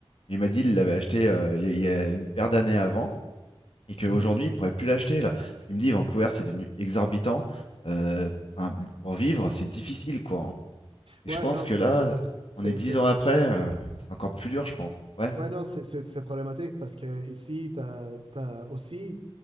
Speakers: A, on the left; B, on the right.
A: Il m'a dit il l'avait acheté euh, il y a il y a une paire d'années avant et qu'aujourd'hui,
B: mhm.
A: il pourrait plus l'acheter là. Parce qu'il me dit, Vancouver, c'est devenu exorbitant. Euh, enfin, pour vivre, c'est difficile, quoi. Et
B: Ouais,
A: je pense
B: non,
A: que là,
B: c'est,
A: on est dix
B: c'est,
A: ans après, euh, c'est encore plus dur, je pense. Ouais.
B: Ouais, non, c'est c'est- c'est problématique parce que ici, t'as, t'as aussi,